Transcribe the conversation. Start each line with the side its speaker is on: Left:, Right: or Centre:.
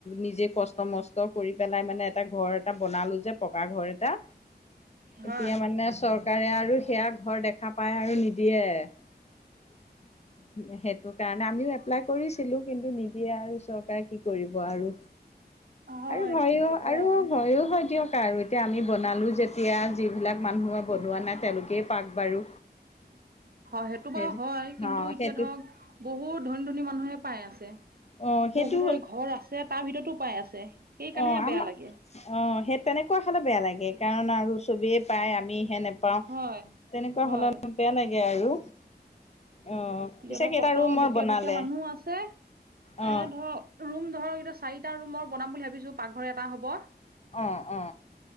Left: নিজে কষ্ট মষ্ট কৰি পেলাই মানে এটা ঘৰ এটা বনালোঁ যে পকা ঘৰ এটা,
Right: হয়
Left: এতিয়া মানে চৰ চৰকাৰে আৰু সেয়া ঘৰ দেখা পায় আৰু নিদিয়ে। <inaudible> সেইটো কাৰণে আমিও এপ্লাই কৰিছিলো, কিন্তু নিদিয়ে আৰু চৰকাৰে কি কৰিব আৰু।
Right: হয়
Left: আৰু হয়ও
Right: কি কব
Left: আৰু ভয়ো হয় দিয়ক আৰু। এতিয়া আমি বনালো যেতিয়া যিবিলাক মানুহে বনোৱা নাই তেওঁলোকেই পাক বাৰু
Right: হয় সেইটো
Left: সেই
Right: বাৰু হয় কিন্তু
Left: অ
Right: এতিয়া
Left: সেইটো
Right: ধৰক বহুত ধনী ধনী মানুহে পাই আছে
Left: অ সেইটো
Right: বহুতৰে ঘৰ আছে তাৰ ভিতৰতো পাই আছে সেইকাৰণেহে
Left: অ আমাৰ
Right: বেয়া লাগে
Left: অ সেই তেনেকোৱা হলো বেয়া লাগে কাৰণ আৰু চবেই পাই আমি হে নে পাও
Right: হয়
Left: তেনেকোৱা
Right: হয়
Left: হলে বেয়া লাগে আৰু অ
Right: এতিয়াতো
Left: পিছে কেইটা
Right: কত
Left: ৰুমৰ
Right: দুখীয়া
Left: বনালে
Right: দুখীয়া মানুহো আছে এ
Left: অ
Right: ধৰক ৰুম ধৰক এতিয়া চাৰিটা ৰুমৰ বনাম বুলি ভাবিছো পাকঘৰ এটা হ'ব
Left: অ অ